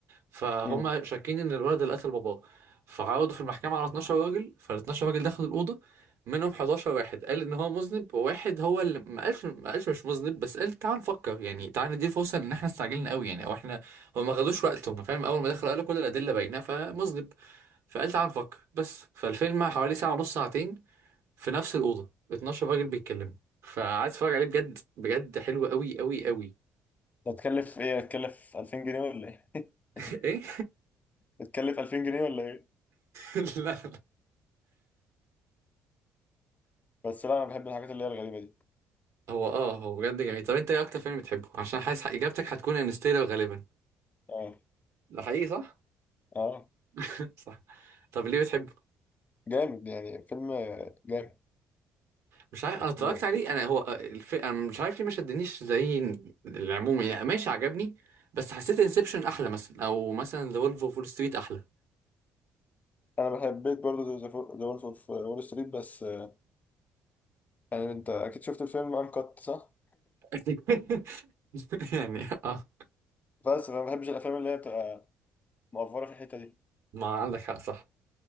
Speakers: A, on the right; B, on the left.
A: فهم
B: مم.
A: شاكين ان الولد اللي قتل باباه فعرضوا في المحكمة على 12 راجل فال 12 راجل دخلوا الأوضة منهم 11 واحد قال ان هو مذنب وواحد هو اللي ما قالش ما قالش مش مذنب بس قال تعال نفكر يعني تعال ندي فرصة ان احنا استعجلنا قوي يعني او احنا هم ما خدوش وقتهم فاهم اول ما دخلوا قالوا كل الأدلة باينة فمذنب فقال تعال نفكر بس فالفيلم حوالي ساعة ونص ساعتين في نفس الأوضة 12 راجل بيتكلموا فقعدت اتفرج عليه بجد بجد حلو قوي قوي قوي
B: ده تكلف ايه هتكلف 2000 جنيه ولا ايه؟ <laughs>
A: <laughs> ايه
B: هتكلف 2000 جنيه ولا ايه؟
A: <laughs> لا لا
B: بس لا انا بحب الحاجات اللي هي الغريبة دي
A: هو اه هو بجد جميل طب انت ايه اكتر فيلم بتحبه عشان حاسس اجابتك هتكون انستيلر غالبا
B: اه
A: ده حقيقي صح
B: اه
A: <laughs> صح طب ليه بتحبه
B: جامد يعني فيلم جامد
A: مش عارف انا اتفرجت
B: م-
A: عليه انا هو الف... انا مش عارف ليه ما شدنيش زي العموم يعني ماشي عجبني بس حسيت انسبشن احلى مثلا او مثلا ذا وولف اوف وول ستريت احلى
B: انا بحبيت برضه ذا وولف اوف وول ستريت بس آه، يعني انت اكيد شفت الفيلم انكت صح؟
A: <laughs> يعني اه
B: بس انا ما بحبش الافلام اللي هي بتبقى مقفرة في الحتة دي
A: ما عندك حق صح